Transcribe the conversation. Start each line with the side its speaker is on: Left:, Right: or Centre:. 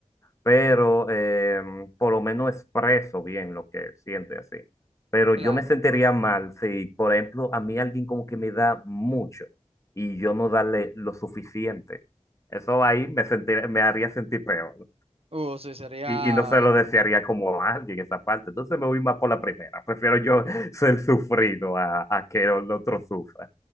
Left: pero em, por lo menos expreso bien lo que siento y así. Pero
Right: claro.
Left: yo me sentiría mal si, por ejemplo, a mí alguien como que me da mucho y yo no darle lo suficiente. Eso ahí me sentir- me haría sentir peor. ¿no?
Right: Uh, sí, sería...
Left: Y, y no se lo desearía como a alguien esa parte. Entonces me voy más por la primera. Prefiero yo <laughs> ser sufrido a, a que el otro sufra.